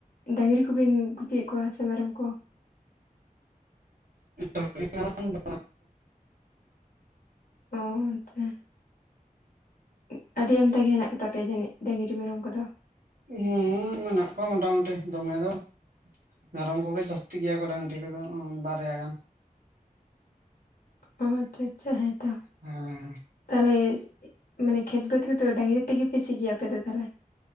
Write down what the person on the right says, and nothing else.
<inaudible> ᱦᱮᱸ
ᱦᱩᱸ ᱢᱮᱱᱟᱜ ᱠᱚᱣᱟ ᱢᱚᱴᱟᱢᱩᱴᱤ, ᱫᱚᱢᱮ ᱫᱚ ᱵᱟᱝ᱾ ᱢᱮᱨᱚᱢ ᱠᱚᱜᱮ ᱡᱟᱹᱥᱛᱤ ᱜᱮᱭᱟ ᱠᱚ ᱰᱟᱝᱨᱤ ᱠᱚᱫᱚ ᱚ ᱵᱟᱨᱭᱟ ᱜᱟᱱ᱾
ᱦᱮᱸ